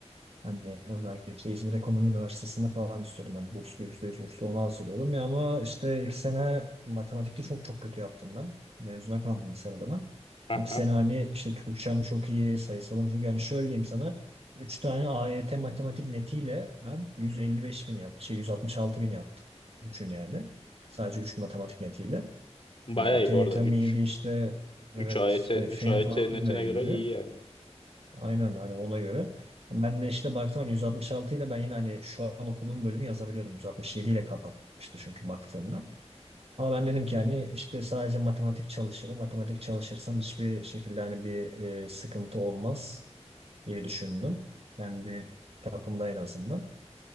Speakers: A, on the right; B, on the left.
A: Hani özellikle işte İzmir Ekonomi Üniversitesi'nde falan istiyordum. Hani burslu, yüzde yüz burslu ona hazırlıyordum. Ya ama işte ilk sene matematikte çok çok kötü yaptım ben. Mezuna kaldım lisede ben.
B: Aha.
A: İlk sene hani işte Türkçem çok iyi, sayısalım çünkü yani şöyle diyeyim sana. üç tane AYT matematik netiyle ben 155 bin yaptım. Şey 166 bin yaptım. Üçün yani. Sadece 3 matematik netiyle.
B: Bayağı
A: Hani TYT'm
B: iyi bu arada. üç
A: iyiydi işte. Evet
B: üç ayete
A: hani
B: üç
A: fenim
B: ayete
A: falan
B: netine
A: da iyiydi.
B: göre iyi yani.
A: Aynen hani ona göre. Ben de işte baktım hani 166 ile ben yine hani şu an okuduğum bölümü yazabiliyorum. 167 ile kapatmıştı çünkü baktığımda. Ama ben dedim ki hani işte sadece matematik çalışırım. Matematik çalışırsam hiçbir şekilde hani bir e, sıkıntı olmaz diye düşündüm. Kendi çapımda en azından.